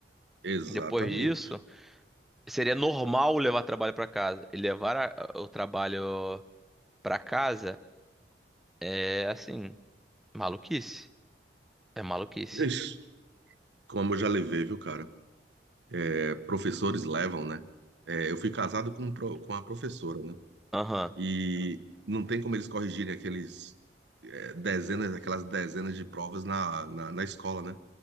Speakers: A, on the right (about 80°); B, in the centre.
A: exatamente.
B: Depois disso, seria normal levar trabalho pra casa. E levar a- o trabalho pra casa é, assim, maluquice. É maluquice.
A: Ixi, como eu já levei, viu, cara? É, professores levam, né? É, eu fui casado com, um pro- com uma professora, né?
B: Aham.
A: E não tem como eles corrigirem aqueles eh, dezenas, aquelas dezenas de provas na, na, na escola, né?